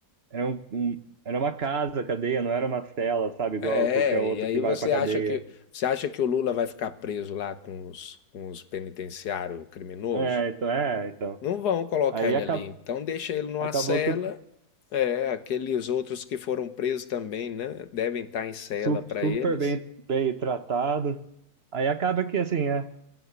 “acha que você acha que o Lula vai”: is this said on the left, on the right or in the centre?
Left